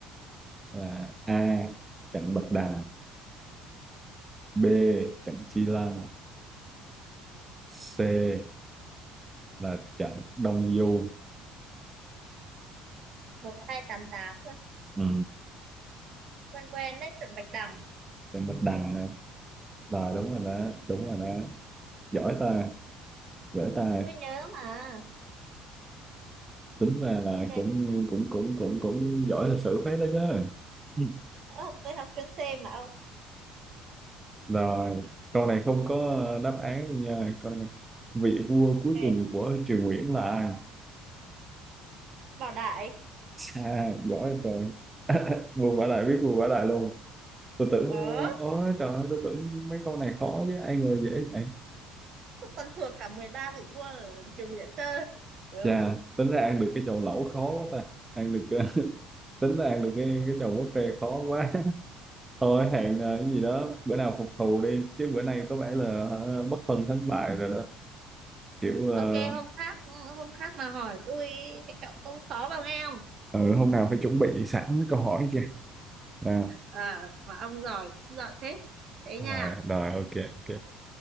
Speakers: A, on the right; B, on the right.
A: là A trận Bạch Đằng B trận Chi Lăng C là trận Đông Du
B: một hai tám tám
A: ừ.
B: quen quen đấy chuẩn Bạch Đằng
A: trận Bạch Đằng Rồi
B: ừ.
A: đúng rồi đó, đúng rồi đó. Giỏi ta, giỏi ta.
B: tôi nhớ mà
A: Tính ra là
B: ok
A: cũng cũng cũng cũng cũng giỏi lịch sử phết đó chứ. Ừ.
B: Ơ, tôi học chuyên C mà ông
A: Rồi, câu
B: ừ.
A: này không có đáp án luôn nha. Câu này vị vua
B: ok
A: cuối cùng của Triều Nguyễn là ai?
B: Bảo Đại
A: À, giỏi rồi. <laughs> Vua Vả Đại biết vua Vả Đại luôn. Tôi tưởng
B: ờ
A: ôi trời ơi, tôi tưởng mấy câu này khó chứ ai ngờ dễ vậy.
B: tôi còn thuộc cả mười ba vị vua ở trường Nguyễn cơ ừ.
A: Chà, tính ra ăn được cái chầu lẩu khó quá ta. Ăn được <laughs> tính ra ăn được cái cái chầu buffet khó quá. Thôi hẹn ờ, cái gì đó bữa nào phục thù đi chứ bữa nay có vẻ là ờ, bất phân thắng bại rồi đó kiểu ờ,
B: ok hôm khác hôm khác mà hỏi tôi phải trọng câu khó vào nghe
A: ừ, hôm nào phải chuẩn bị sẵn mấy câu hỏi chưa à,
B: à, mà ông giỏi cũng giỏi phết thế nha
A: rồi rồi ok ok